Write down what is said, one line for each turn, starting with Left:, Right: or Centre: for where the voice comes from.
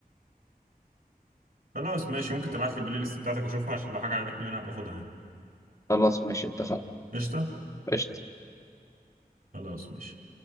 Right: خلاص ماشي ممكن تبعت لي البلاي ليست بتاعتك اشوفها عشان لو حاجه عجبتني منها باخدها يعني
Left: خلاص ماشي اتفقنا
Right: قشطه
Left: قشطة.
Right: خلاص ماشي